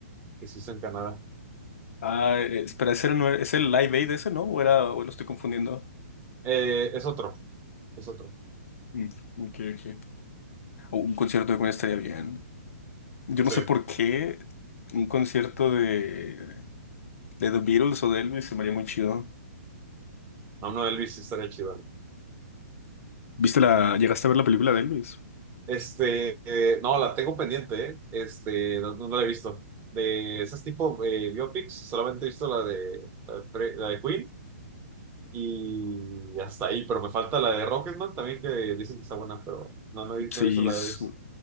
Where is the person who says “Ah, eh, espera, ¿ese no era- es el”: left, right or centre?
Left